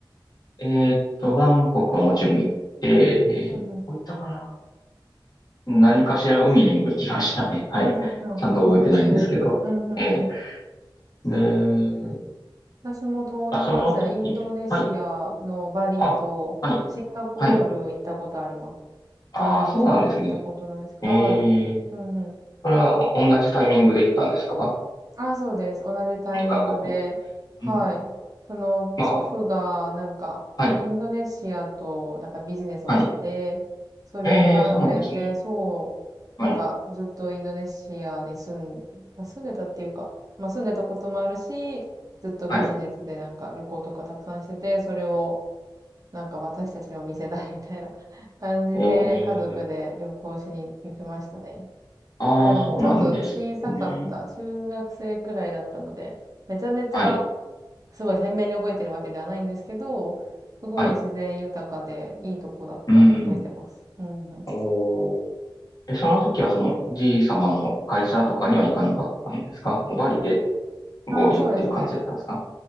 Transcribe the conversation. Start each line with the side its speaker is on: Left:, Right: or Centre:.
Left: えーっと、バンコクはもちろん行って、
Right: うんうん。
Left: えー、どこ行ったかな何かしら海にも行きましたね。はい。
Right: うんうん。あ、
Left: ちゃんと覚えてないんですけど。
Right: いいですね。うんうんうん。
Left: ええ、で、
Right: 私も東南アジア、
Left: あ、その時に、
Right: インドネシアのバリとシンガポール行ったことあります。
Left: はい。あ、はい。はい。
Right: あ
Left: ああ、
Right: と2個しか行ったことないです。
Left: そうなんですね。
Right: はい。
Left: ええ、
Right: うんうん。
Left: それはお同じタイミングで行ったんですか
Right: あ、そうです。同じタイミングで。
Left: に二カ国。
Right: はい。
Left: うん。
Right: その、
Left: まあ、
Right: 祖父が、なんか、
Left: はい、
Right: インドネシアと、なんかビジネスをしてて、
Left: はい。
Right: それ関連で、
Left: ええ、そうなんですね。
Right: そう、
Left: はい、
Right: なんか、ずっとインドネシアに住ん、まあ、住んでたっていうか、まあ、住んでたこともあるし、ずっとビジネスでなんか旅行とかたくさんしてて、
Left: はい。
Right: それを、なんか私たちにも見せたいみたいな <laughs> 感じで、
Left: ええ、
Right: 家族で旅行しに行きましたね。
Left: ああ、
Right: まあでもちょっと小さかった。
Left: そうなんですね。
Right: 中学生くらいだったので、めちゃめちゃ
Left: はい、
Right: すごい鮮明に覚えてるわけではないんですけど、すごい自然豊かでいいとこだったのを覚えてます。
Left: はい。うん。
Right: うんうん。
Left: おー。え、その時はその、じい様の会社とかには行かなかったんですかもうバリで
Right: うんう
Left: 合流っていう感じだったんですか
Right: ん、ああ、そうですね。